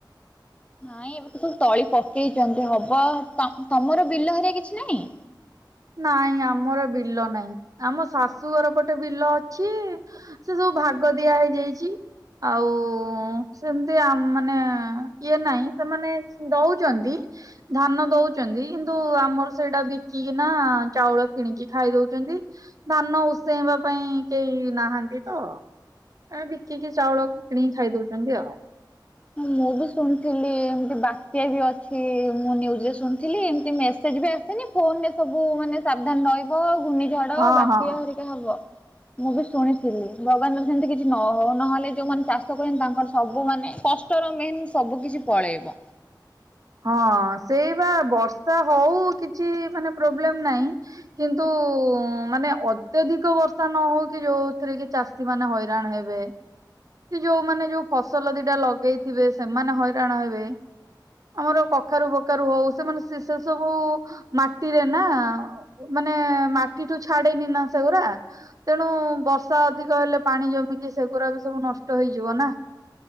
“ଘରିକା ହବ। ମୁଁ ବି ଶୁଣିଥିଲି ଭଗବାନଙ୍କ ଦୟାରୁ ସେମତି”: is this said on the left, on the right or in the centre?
Left